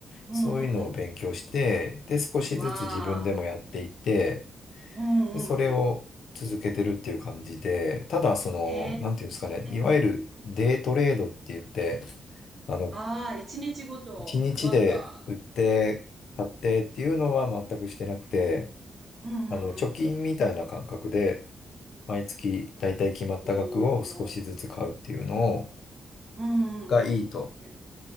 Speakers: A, on the right; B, on the left.
A: うんうんうん。
B: そういうのを勉強して、で、少しずつ自分でもやっていって、
A: わあ。うんうんうん。
B: で、それを続けてるっていう感じで、ただその、
A: へ
B: なんていうんですかね、いわゆるデイトレードって言って、
A: え。
B: あの、
A: ああ、一日ごと、
B: 一日で売って、
A: なんか、
B: 買ってっていうのは全くしてなくて、
A: うんうんうん。
B: あの、貯金みたいな感覚で、毎月だいたい決まった額を少しずつ買うっていうのを、
A: おー。うんうんうん。
B: がいいと
A: え